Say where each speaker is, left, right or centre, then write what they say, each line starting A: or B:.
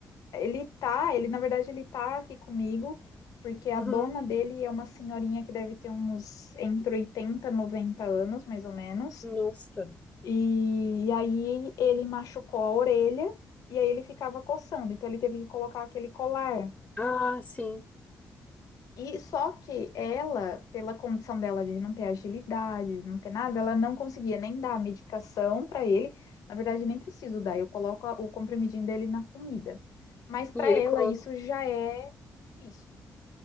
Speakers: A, on the left; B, on the left.
A: Ele tá, ele na verdade ele tá aqui comigo, porque a
B: Uhum.
A: dona dele é uma senhorinha que deve ter uns entre 80, e 90 anos, mais ou menos.
B: Nossa.
A: E aí ele machucou a orelha e aí ele ficava coçando, então ele teve que colocar aquele colar.
B: Ah, sim.
A: E só que ela, pela condição dela de não ter agilidade, de não ter nada, ela não conseguia nem dar a medicação para ele. Na verdade, nem preciso dar, eu coloco a- o comprimidinho dele na comida. Mas para
B: E ele
A: ela
B: come.
A: isso já é difícil.